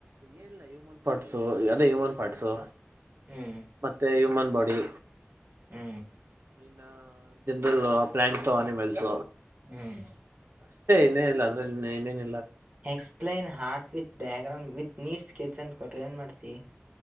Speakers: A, on the right; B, on the right.
A: ಏನಿಲ್ಲ ಹ್ಯೂಮನ್ ಪಾರ್ಟ್ಸು ಅದೇ ಹ್ಯೂಮನ್ ಪಾರ್ಟ್ಸು.
B: ಹ್ಮ್
A: ಮತ್ತೆ ಹ್ಯೂಮನ್ ಬಾಡಿ.
B: ಹ್ಮ
A: ಇನ್ ಜನರಲ್ ಆ ಪ್ಲಾಂಟ್ಸ ಆ ಎನಿಮಲ್ಸ
B: ಹ್ಮ್
A: ಇಷ್ಟೇ ಏ ಇನೇ ಇಲ್ಲ ಅದ್ರಲ್ಲಿ ಏನ್
B: explain heart with diagram with neat sketch ಅಂತ ಕೊಟ್ರೆ ಏನ್ ಮಾಡ್ತಿ